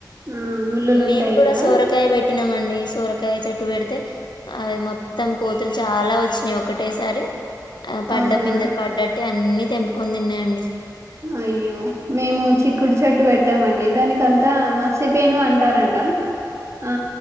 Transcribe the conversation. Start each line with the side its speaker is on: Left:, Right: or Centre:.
Right: ఆ ముళ్ళులు
Left: మేము
Right: ఉంటాయి
Left: కూడా
Right: కదా
Left: సోరకాయ పెట్టినామండి సోరకాయ చెట్టు పెడితే ఆ మొత్తం కోతులు చాలా వచ్చినాయి ఒకటేసారి ఆ పడ్డ
Right: అవునా
Left: పిందలు పడ్డటే అన్నీ తెంపుకొని తిన్నాయండి
Right: అయ్యో మేము
Left: ఉమ్,
Right: చిక్కుడు చెట్టు పెట్ట పెట్టామండి దానిక అంతా మసిపేను అంటారంట ఆ